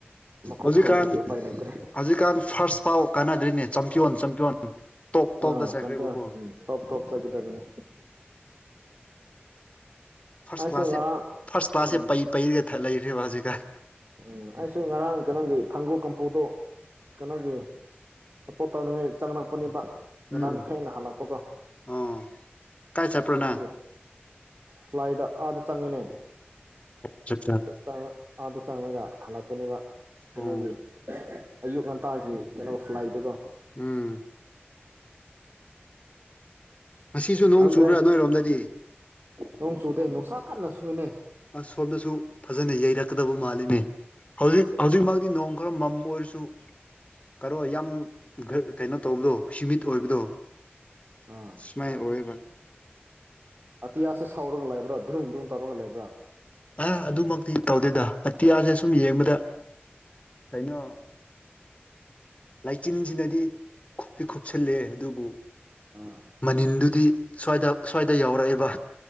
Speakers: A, on the right; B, on the left.
A: ꯃꯀꯣꯛ
B: ꯍꯧꯖꯤꯛꯀꯥꯟ
A: ꯊꯣꯡꯗ꯭ꯔꯗꯤ ꯎꯄꯥꯏ ꯂꯩꯇ꯭ꯔꯦ
B: ꯍꯧꯖꯤꯛꯀꯥꯟ ꯐꯥ꯭ꯔꯁ ꯐꯥꯎ ꯀꯥꯟꯅꯗ꯭ꯔꯤꯅꯦ ꯆꯝꯄꯤꯌꯣꯟ ꯆꯝꯄꯤꯌꯣꯟ ꯇꯣꯞ ꯇꯣꯞꯇ
A: ꯑ
B: ꯆꯠꯈ꯭ꯔꯦꯕꯀꯣ
A: ꯆꯝꯄꯤꯌꯣꯟ ꯇꯣꯞ ꯇꯣꯞ ꯆꯠꯀꯗꯕꯅꯤ
B: ꯐꯥꯔꯁ
A: ꯑꯩꯁꯨ
B: ꯀ꯭ꯂꯥꯁꯁꯤꯞ
A: ꯉꯔꯥꯡ
B: ꯐꯥꯔꯁ ꯀ꯭ꯂꯥꯁꯁꯦ
A: ꯎꯝ
B: ꯄꯩ ꯄꯩꯔꯒ ꯊ ꯂꯩꯔꯦꯕ ꯍꯧꯖꯤꯛꯀꯥꯟ
A: ꯎꯝ ꯑꯩꯁꯨ ꯉꯔꯥꯡ ꯀꯩꯅꯣꯒꯤ ꯊꯥꯡꯒꯨ ꯀꯝꯄꯨꯗꯣ ꯀꯩꯅꯣꯒꯤ ꯁꯞꯄꯣꯔꯠ ꯇꯧꯅꯉꯥꯏ ꯆꯪꯂꯛꯄꯅꯦꯕ ꯉꯔꯥꯡ
B: ꯎꯝ
A: ꯊꯦꯡꯅ ꯍꯜꯂꯛꯄꯒꯣ
B: ꯑꯣ ꯀꯥꯏ ꯆꯠꯄ꯭ꯔꯣ
A: ꯀꯩꯅꯣꯒꯤ
B: ꯅꯪ
A: ꯐ꯭ꯂꯥꯏꯗ ꯑꯥꯗ ꯆꯪꯉꯤꯅꯦ
B: ꯆꯛꯆꯥ
A: ꯆꯛꯆꯥꯕ ꯑꯥꯗ ꯆꯪꯂꯒ ꯍꯜꯂꯛꯄꯅꯦꯕ ꯀꯩꯅꯣꯒꯤ
B: ꯑꯣ
A: ꯑꯌꯨꯛ ꯉꯟꯇꯥꯒꯤ ꯀꯩꯅꯣ ꯐ꯭ꯂꯥꯏꯗꯨꯒꯣ
B: ꯎꯝ ꯉꯁꯤꯁꯨ ꯅꯣꯡ
A: ꯈꯪꯗ꯭ꯔꯦ
B: ꯆꯨꯕ꯭ꯔꯥ
A: ꯑ
B: ꯅꯣꯏꯔꯣꯝꯗꯗꯤ
A: ꯅꯣꯡ ꯆꯨꯗꯦ ꯅꯨꯡꯁꯥ ꯀꯟꯅ ꯁꯨꯅꯦ
B: ꯑꯁ ꯁꯣꯝꯗꯁꯨ ꯐꯖꯅ ꯌꯩꯔꯛꯀꯗꯕ ꯃꯥꯜꯂꯤꯅꯦ ꯍꯧꯖꯤꯛ ꯍꯧꯖꯤꯛꯃꯛꯗꯤ ꯅꯣꯡ ꯈꯔ ꯃꯝꯕ ꯑꯣꯏꯔꯁꯨ ꯀꯔꯣ ꯌꯥꯝ ꯀꯩꯅꯣ ꯇꯧꯕꯗꯣ ꯍꯨꯁꯤꯃꯤꯠ ꯑꯣꯏꯕꯗꯣ
A: ꯑꯥ
B: ꯁꯨꯃꯥꯏꯅ ꯑꯣꯏꯌꯦꯕ
A: ꯑꯇꯤꯌꯥꯁꯦ ꯁꯥꯎꯔꯒ ꯂꯩꯕ꯭ꯔꯥ ꯗ꯭ꯔꯨꯡꯗꯨꯟ ꯇꯧꯔꯒ ꯂꯩꯕ꯭ꯔꯥ
B: ꯑꯥ ꯑꯗꯨꯃꯛꯇꯤ ꯇꯧꯗꯦꯗ ꯑꯇꯤꯌꯥꯁꯦ ꯁꯨꯝ ꯌꯦꯡꯕꯗ ꯀꯩꯅꯣ ꯂꯥꯏꯆꯤꯟꯁꯤꯅꯗꯤ ꯈꯨꯞꯇꯤ ꯈꯨꯨꯞꯁꯜꯂꯦ ꯑꯗꯨꯕꯨ
A: ꯑꯥ
B: ꯃꯅꯤꯟꯗꯨꯗꯤ ꯁ꯭ꯋꯥꯏꯗ ꯁ꯭ꯋꯥꯏꯗ ꯌꯧꯔꯛꯏꯕ